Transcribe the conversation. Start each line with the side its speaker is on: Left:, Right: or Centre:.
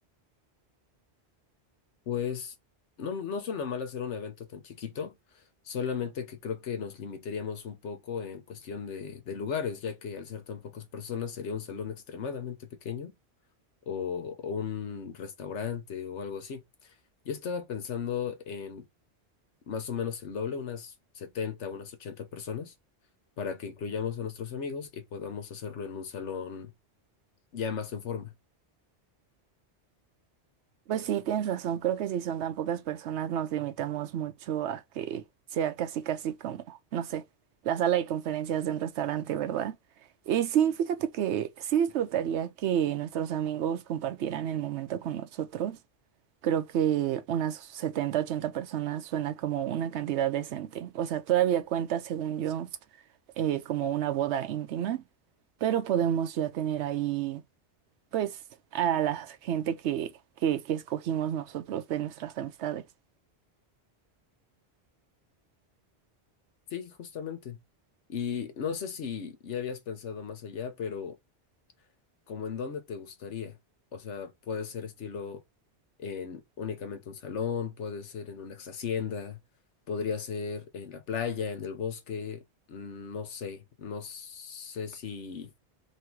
Left: Pues no, no suena mal hacer un evento tan chiquito, solamente que creo que nos limitaríamos un poco en cuestión de, de lugares, ya que al ser tan pocas personas sería un salón extremadamente pequeño o o un restaurante o algo así. Yo estaba pensando en más o menos el doble, unas 70 unas 80 personas, para que incluyamos a nuestros amigos y podamos hacerlo en un salón ya más en forma.
Right: Pues sí, tienes razón, creo que si son tan pocas personas nos limitamos mucho a que sea casi casi como, no sé, la sala de conferencias de un restaurante, ¿verdad? Y sí, fíjate que sí disfrutaría que nuestros amigos compartieran el momento con nosotros. Creo que unas 70, 80 personas suena como una cantidad decente. O sea, todavía cuenta, según yo, eh, como una boda íntima, pero podemos ya tener ahí pues a la gente que, que, que escogimos nosotros de nuestras amistades.
Left: Sí, justamente. Y no sé si ya habías pensado más allá, pero como en dónde te gustaría. O sea, puede ser estilo en únicamente un salón, puede ser en una ex hacienda, podría ser en la playa, en el bosque, no sé, no sé si